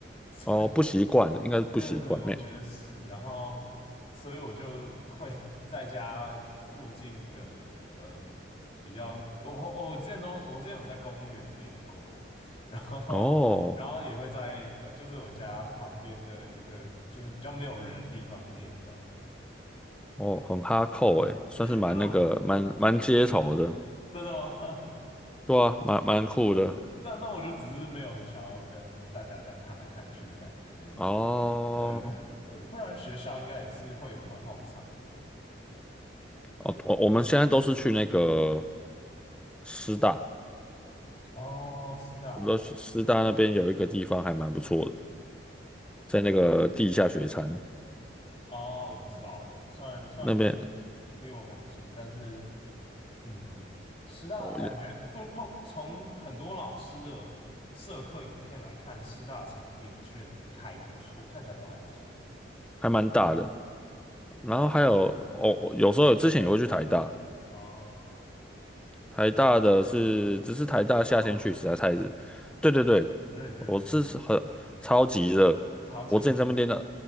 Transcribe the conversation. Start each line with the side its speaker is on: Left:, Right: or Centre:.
Left: 所以
Centre: 哦，不习惯，
Left: <laughs>
Centre: 应该是不习惯没。
Left: 对对，我觉得是，然后所以我就会 <laughs> 在家附近的呃比较，我我我之前都我之前有在公园练过，然后然后也会在呃就是我家旁边的一个就是比较没有人的地方练这样。
Centre: 哦哦，很哈扣诶，算是蛮那个蛮蛮街头的，
Left: 真都。真的吗？
Centre: 对啊，蛮蛮酷的。
Left: <laughs> 但但我就只是没有很想要跟大家这样看来看去的感觉的那种。
Centre: 哦
Left: 对对对，不然学校应该也是会有蛮好的场地的。
Centre: 哦，我我们现在都是去那个师大，
Left: 哦，师大
Centre: 我们都去师大那边有一个地方还蛮不错的，在那个地下雪山
Left: 哦，我不知道哎，虽然虽然离我
Centre: 那边，
Left: 离我蛮近，但是嗯，师大感觉碰碰从很多老师的社课影片来看，
Centre: 哦，有
Left: 师大场地的确还不错，看起来都还不错。
Centre: 还蛮大的。然后还有哦，
Left: 哦
Centre: 有时候之前也会去台大，
Left: 哦，
Centre: 台大的是，只是台大夏天去实在太热。
Left: 肉体吗？
Centre: 对对对，
Left: 有点热，
Centre: 我是是很超级热，
Left: 超级闷。
Centre: 我之前在那边练到，